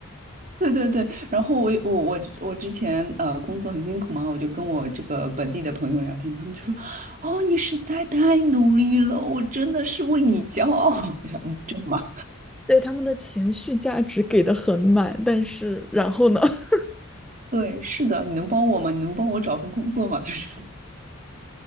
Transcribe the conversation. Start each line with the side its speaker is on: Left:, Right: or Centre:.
Right: 对对对，然后我我我我之前呃工作很辛苦嘛，我就跟我这个本地的朋友聊天，他们就说：“哦，你实在太努力了，我真的是为你骄傲。<laughs>”我想，嗯，真的吗？
Centre: 对，他们的情绪价值给的很满，但是然后呢？<laughs>
Right: 对，是的，你能帮我吗？你能帮我找份工作吗？<laughs> 就是，